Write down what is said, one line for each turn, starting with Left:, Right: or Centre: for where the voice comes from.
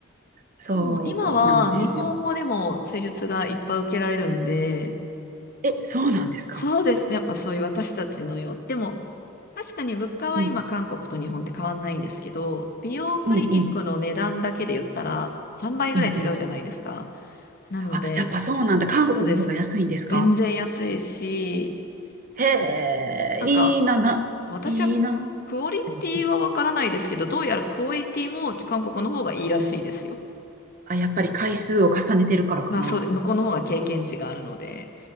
Right: そうなんですよ。
Left: でも今は日本語でも施術がいっぱい受けられるんで、
Right: え、そうなんですか。
Left: そうですね。やっぱそういう私たちのよう。でも確かに物価は今韓国と日本って変わんないんですけど、
Right: うん、
Left: 美容クリニックの値段だけで言ったら3倍ぐらい違うじゃないですか。
Right: うん、うん、うん、うん。
Left: なので、
Right: あ、やっぱそうなんだ。韓国の方が安いんですか
Left: そうです。全然安いし、
Right: へえ、
Left: こなんか
Right: いいな、な、
Left: 私は
Right: いいな。う
Left: クオリティはわからないですけど、
Right: んうん
Left: どうやらクオリティも韓国の方がいいらしいですよ。
Right: あ、やっぱり回数を重ねてるからかな。
Left: まあそうで、向こうの方が経験値があるので。